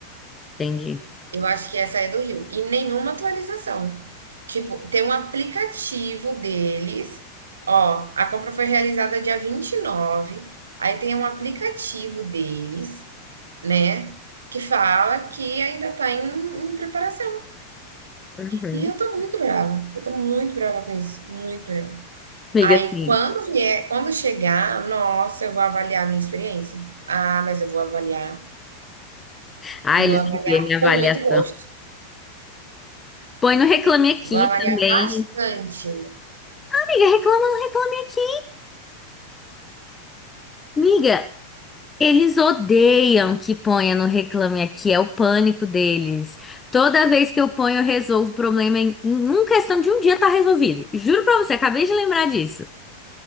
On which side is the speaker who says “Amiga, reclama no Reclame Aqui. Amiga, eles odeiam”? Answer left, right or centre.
Left